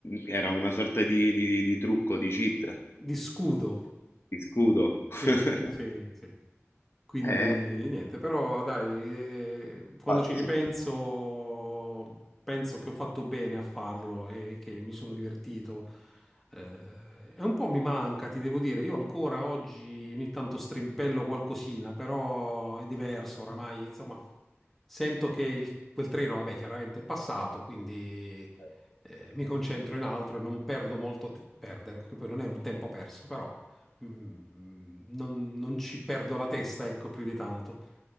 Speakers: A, on the left; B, in the centre.
A: era una sorta di, di- di trucco, di cheat,
B: di scudo.
A: di scudo. <laughs>
B: Sì, sì, sì. Quindi
A: Eh,
B: niente, però dai, eh, quando
A: fatto,
B: ci ripenso, penso che ho fatto bene a farlo e che mi sono divertito. Eh, e un po' mi manca, ti devo dire. Io ancora oggi ogni tanto strimpello qualcosina, però è diverso oramai. Insomma, Sento che il- quel treno, vabbè, chiaramente è passato, quindi
A: assolutamente.
B: eh, mi concentro in altro e non perdo molto te- perdere, che poi non è un tempo perso, però mm, mm, non, non ci perdo la testa, ecco, più di tanto.